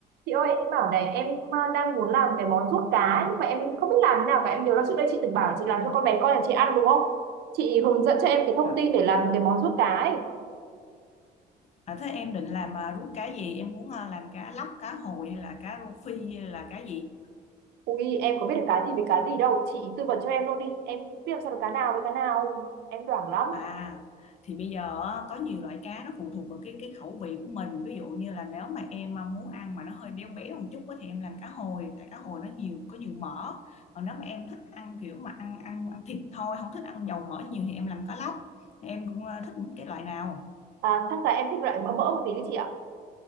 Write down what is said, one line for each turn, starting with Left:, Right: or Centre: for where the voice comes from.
Right: Chị ơi em bảo này em ờ, đang muốn làm cái món ruốc cá nhưng mà em không biết làm thế nào cả em nhớ là trước đây chị từng bảo chị làm cho con bé con nhà chị ăn đúng không chị hướng dẫn cho em cái thông
Left: Dạ.
Right: tin để làm cái món ruốc cá ấy
Left: À, thế em định làm à, rút cá gì? Em muốn à, làm cá lóc, cá hồi hay là cá rô phi hay là cá gì?
Right: ui em có biết được cá gì với cá gì đâu chị tư vấn cho em luôn đi em biết làm sao được cá nào với cá nào em đoảng lắm
Left: À thì bây giờ á, có nhiều loại cá nó phụ thuộc vào cái cái khẩu vị của mình. Ví dụ như là nếu mà em à, muốn ăn mà nó hơi béo béo một chút á, thì em làm cá hồi tại cá hồi nó nhiều có nhiều mỡ. Còn nếu mà em thích ăn kiểu mà ăn ăn ăn thịt thôi, không thích ăn dầu mỡ nhiều thì em làm cá lóc. Em cũng à, thích cái loại nào?
Right: à, chắc là em thích loại mỡ mỡ một tí đi chị ạ